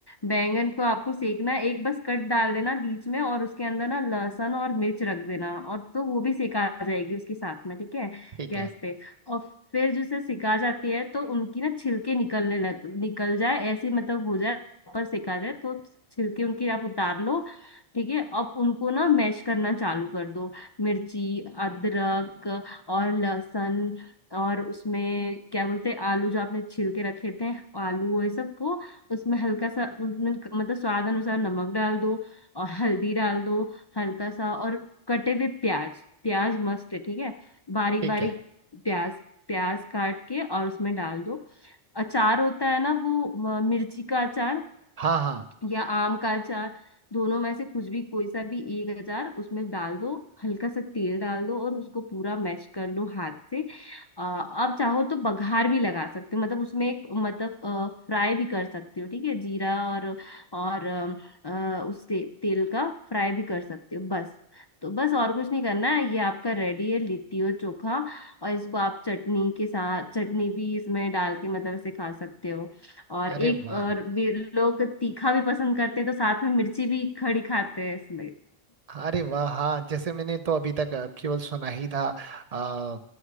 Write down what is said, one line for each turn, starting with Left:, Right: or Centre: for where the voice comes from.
Left: बैंगन को आपको सेकना है, एक बस कट डाल देना बीच में और उसके अंदर ना लहसुन और मिर्च रख देना और तो वो भी सेका आ जाएगी उसके साथ में ठीक है
Right: ठीक
Left: गैस
Right: है
Left: पे और फिर जैसे सिका जाती है तो उनकी ना छिलके निकलने लग निकल जाए ऐसे मतलब हो जाए प्रॉपर सिका जाए तो छिलके उनके आप उतार लो ठीक है अब उनको ना मैश करना चालू कर दो मिर्ची अदरक और लहसुन और उसमें क्या बोलते हैं आलू जो आपने छील के रखे थे आलू वो ये सब को उसमें हल्का सा उनमें क- मतलब स्वाद अनुसार नमक डाल दो और हल्दी डाल दो हल्का सा और कटे हुए प्याज प्याज मस्त है ठीक है बारीक
Right: ठीक
Left: बारीक
Right: है
Left: प्याज प्याज काट के और उसमें डाल दो अचार होता है ना वो म- मिर्ची का अचार
Right: हाँ हाँ
Left: या आम का अचार दोनों में से कुछ भी कोई सा भी एक अचार उसमें डाल दो हल्का सा तेल डाल दो और उसको पूरा मैश कर लो हाथ से अ, अब चाहो तो बघार भी लगा सकते हो मतलब उसमें एक मतलब फ्राई भी कर सकते हो ठीक है जीरा और और अ, अ, उस ते, तेल का फ्राई भी कर सकते हो बस तो बस और कुछ नहीं करना है ये आपका रेडी है लिट्टी और चोखा और इसको आप चटनी के साथ चटनी भी इसमें डाल के मतलब ऐसे खा सकते हो और
Right: अरे
Left: एक
Right: वाह
Left: और भी लोग तीखा भी पसंद करते हैं तो साथ में मिर्ची भी खड़ी खाते हैं इसमें
Right: अरे वाह हाँ जैसे मैंने तो अभी तक अ, केवल सुना ही था आ,